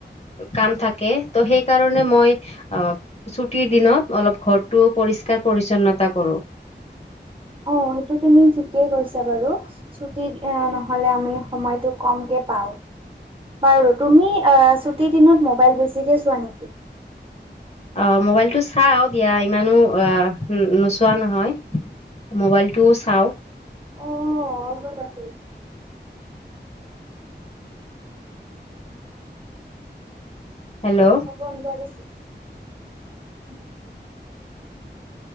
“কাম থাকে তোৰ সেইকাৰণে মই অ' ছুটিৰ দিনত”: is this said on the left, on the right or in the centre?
Left